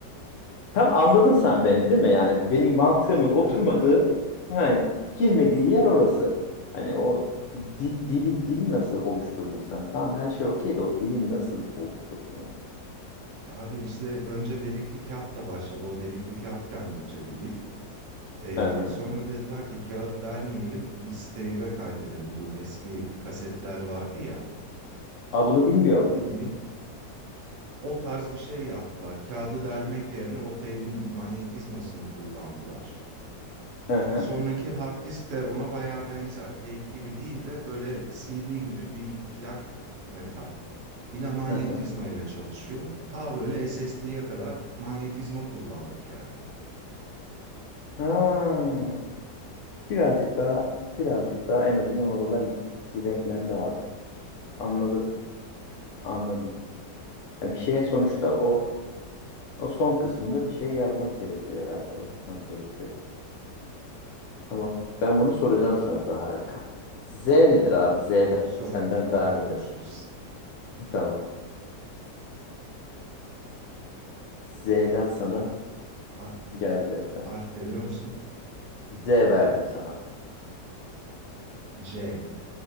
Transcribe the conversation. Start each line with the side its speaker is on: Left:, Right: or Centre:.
Left: Tam anladın sen beni değil mi? Yani benim mantığımın oturmadığı,
Right: Evet evet.
Left: ha, girmediği yer orası. Hani o di- dili dili nasıl oluşturdun sen? Tamam her şey okey de o dili nasıl oluşturdun? Hani?
Right: Abi işte önce delikli kağıtla başladı. O delikli kağıt kendince bir dil. Ee,
Left: Hı hı.
Right: sonra dediler ki kağıt delmeyelim biz teybe kaydedelim. Bu eski kasetler vardı ya
Left: Aa, bunu bilmiyorum.
Right: bildiğin o tarz bir şey yaptılar. Kağıdı delmek yerine o teybin manyetizmasını kullandılar.
Left: Hı hı.
Right: Sonraki hard disk de ona bayağı benzer. Tape gibi değil de böyle CD gibi bir plak metal. Yine manyetizma
Left: Hı hı.
Right: ile çalışıyor. Ta böyle SSD'ye kadar manyetizma kullandık yani.
Left: Ha. Birazcık daha birazcık daha en azından oralar renklendi abi. Anladım. Anladım. Ya bir şeye sonuçta o o son kısmında bir şey yazmak gerekiyor herhalde. Oturtmak gerekiyor. Tamam. Ben bunu soracağım sana daha Erkan. Z nedir abi? Z'de.
Right: Tamam, bir sonrakini
Left: Senden
Right: onu
Left: devam
Right: konuşuruz.
Left: edelim. Tamam. Z'den sana
Right: Ha-
Left: geldi efendim.
Right: harf veriyor musun?
Left: Z verdim sana.
Right: C.